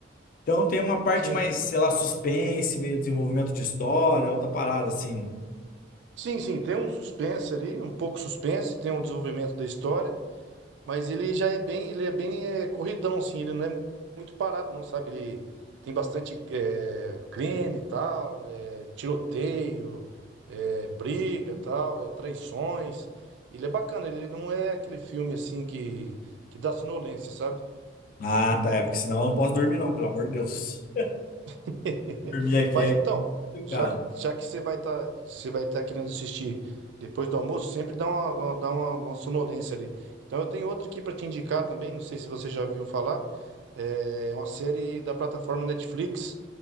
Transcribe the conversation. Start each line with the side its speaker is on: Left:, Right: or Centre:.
Left: então tem uma parte
Right: Sim,
Left: mais, sei lá, suspense, meio desenvolvimento de história, outra parada, assim.
Right: sim, sim, tem um suspense ali, um pouco suspense, tem um desenvolvimento da história, mas ele já é bem, ele é bem é, corridão, assim, ele não é muito parado, não, sabe? Ele tem bastante é, crime e tal, é, tiroteio, é, briga e tal, é, traições. Ele é bacana, ele não é aquele filme assim que, que dá sonolência, sabe?
Left: Ah, tá. É, porque senão eu não posso dormir, não, pelo amor de Deus.
Right: <laughs>
Left: Dormir aqui
Right: Mas
Left: é
Right: então,
Left: complicado.
Right: já, já que você vai estar você vai estar querendo assistir depois do almoço, sempre dá uma, uma- dá uma, uma sonolência ali. Então eu tenho outra aqui para te indicar também, não sei se você já viu falar. É uma série da plataforma Netflix,